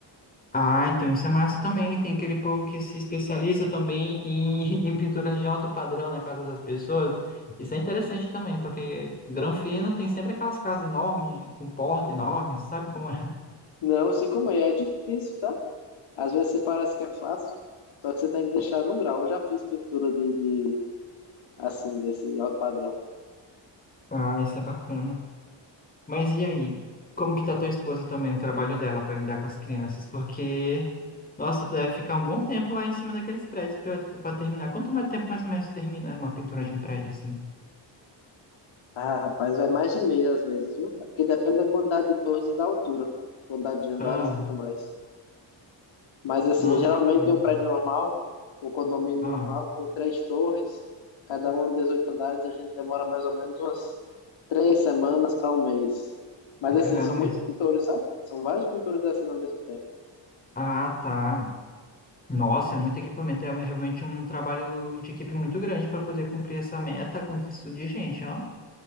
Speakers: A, on the left; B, on the left.
A: Ah, então isso é massa também. Tem aquele povo que se especializa também em, <laughs> em pinturas de alto padrão na casa das pessoas. Isso é interessante também, porque Granfino tem sempre aquelas casas enormes, com porta enorme, sabe como é?
B: Não, eu sei como é, é difícil, tá? Às vezes você parece que é fácil, só que você tem que deixar no grau. Eu já fiz pintura de, de assim, desse alto padrão.
A: Ah, isso é bacana. Mas e aí? Como que tá tua esposa também, o trabalho dela para lidar com as crianças? Porque, nossa, tu deve ficar um bom tempo lá em cima daqueles prédios para terminar. Quanto mais tempo mais ou menos termina uma pintura de um prédio assim?
B: Ah, rapaz, vai mais de meia às vezes, viu? É porque depende da quantidade de torres e da altura, quantidade de andares
A: Ah,
B: e tudo mais. Mas, assim,
A: nossa,
B: geralmente
A: caramba.
B: em um prédio normal, um condomínio
A: Ah,
B: normal, com três torres, cada uma 18 andares, a gente demora mais ou menos umas três semanas para um mês. Mas, assim,
A: caramba,
B: são
A: mas
B: muitos pintores, sabe? São vários pintores descendo ao mesmo tempo.
A: Ah, tá. Nossa, é muito equipamento. É realmente um trabalho de equipe muito grande para poder cumprir essa meta com texto de gente, ó.